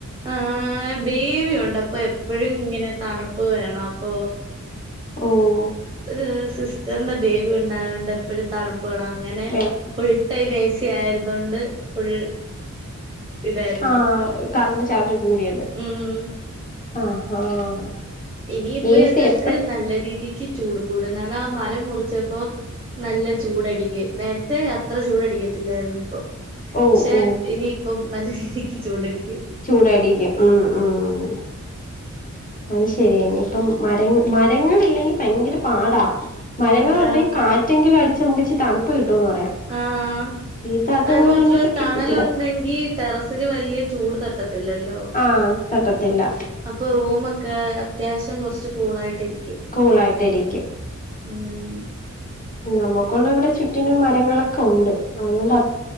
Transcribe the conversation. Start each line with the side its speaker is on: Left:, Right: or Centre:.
Right: ആഹ് ബേബിയുണ്ട് അപ്പൊ എപ്പഴും ഇങ്ങനെ തണുപ്പ് വേണം അപ്പോ
Left: ഓഹ്
Right: ഒര് സിസ്റ്ററ്ന് ബേബി ഉണ്ടായോണ്ട് എപ്പഴും തണുപ്പ് വേണം അങ്ങനെ
Left: വേണം
Right: ടൈം ഏ സി ആയിരുന്നോണ്ട് ഫുൾ ഇതായിരുന്നു
Left: ആഹ് കറന്റ് ചാർജ് കൂടിയത്
Right: ഉം
Left: ആഹ് ആഹ്
Right: ഇനി ഇപ്പൊ
Left: എ
Right: ഞങ്ങക്ക്
Left: സി എപ്പഴ
Right: നല്ല രീതിക്ക് ചൂട് കൂടും കാരണം ആ മരം മുറിച്ചപ്പോ നല്ല ചൂട് അട്ക്കി നേരത്തെ അത്ര ചൂട് അടിക്കത്തില്ലാരുന്നു ഇപ്പൊ പക്ഷേ
Left: ഓ ഓ
Right: ഇനിയിപ്പം നല്ല രീതിക്ക് ചൂട് അടിക്ക്യും
Left: ചൂട് അടിക്ക്യും ഉം ഉം അത് ശരിയേനി ഇപ്പം മരങ്ങള് മരങ്ങളില്ലെങ്കി ഭയങ്കര പാടാ മരങ്ങള്
Right: അതാ
Left: ഉണ്ടെങ്കി കാറ്റെങ്കിലും അടിച്ച് നമുക്ക് ഇച്ച് തണുപ്പ് കിട്ടോന്ന് പറയാം
Right: ആഹ്
Left: ഇതത്
Right: അത്
Left: പോലെ
Right: മാത്രേ
Left: ഇനിയിപ്പ കിട്ടത്തില്ല
Right: തണലുണ്ടെങ്കി ടെറസില് വല്ല്യ ചൂട് തട്ടത്തില്ലല്ലോ
Left: ആഹ് തട്ടത്തില്ല
Right: അപ്പോ റൂമൊക്കെ അത്യാവശ്യം കൊറച്ച് കൂളായിട്ട് ഇരിക്ക്യും
Left: കൂളായിട്ട് ഇരിക്ക്യും
Right: ഉം
Left: നമക്കുള്ളെ ഇവടെ ചുറ്റിനും മരങ്ങളൊക്കെ ഉണ്ട് അതുകൊണ്ട് അ